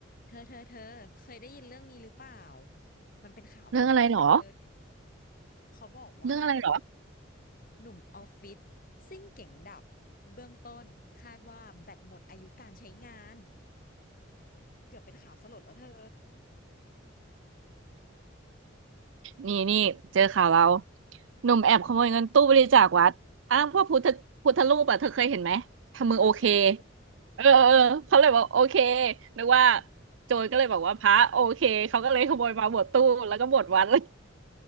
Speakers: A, on the left; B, on the right.
A: เธอ เธอ เธอ เคยได้ยินเรื่องนี้หรือเปล่า มันเป็นข่าวดังเลย
B: เรื่องอะไรหรอ
A: เขาบอกว่า
B: เรื่องอะไรหรอ
A: หนุ่มออฟฟิศซิ่งเก๋งดับเบื้องต้นคาดว่าแบตหมดอายุการใช้งานเกือบเป็นข่าวสลดแล้วเธอ
B: นี่นี่เจอข่าวเราหนุ่มแอบขโมยเงินตู้บริจาควัดอ้างพวกพุทธพุทธรูปอ่ะเธอเคยเห็นไหมทำมือโอเค
A: เออเออเออ
B: เออเออเออเขาเลยบอกโอเคนึกว่าโจรก็เลยบอกว่าพระโอเคเขาก็เลยขโมยมาหมดตู้แล้วก็หมดวัด <laughs> เลย